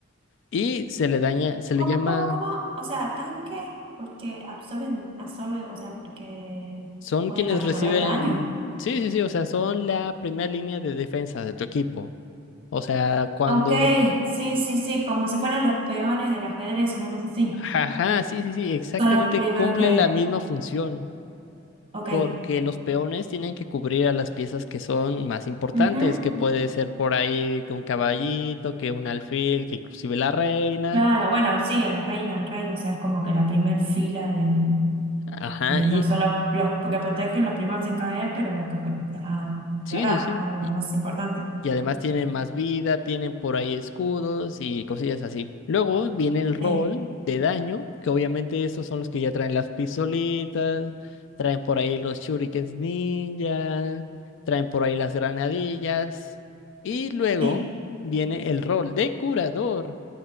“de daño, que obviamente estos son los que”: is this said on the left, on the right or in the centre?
Left